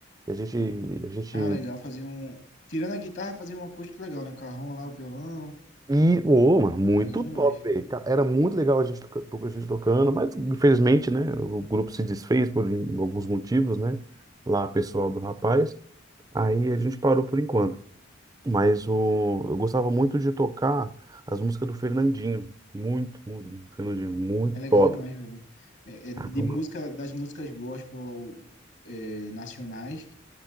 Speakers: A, on the right; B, on the left.
A: E A gente, a gente
B: Ah, legal, fazia um. Tirando a guitarra, fazia um acústico legal, né? O carrão lá, o violão.
A: E, ô, mano, muito
B: Legal demais.
A: top, velho. Ca- Era muito legal a gente, toca- a gente tocando, mas infelizmente, né, o grupo se desfez por in- alguns motivos, né, lá pessoal do rapaz, aí a gente parou por enquanto. Mas o, eu gostava muito de tocar as músicas do Fernandinho, muito, muito, Fernandinho, muito
B: É legal
A: top.
B: demais, velho. É, é de
A: Caramba.
B: música, das músicas gospel, é, nacionais.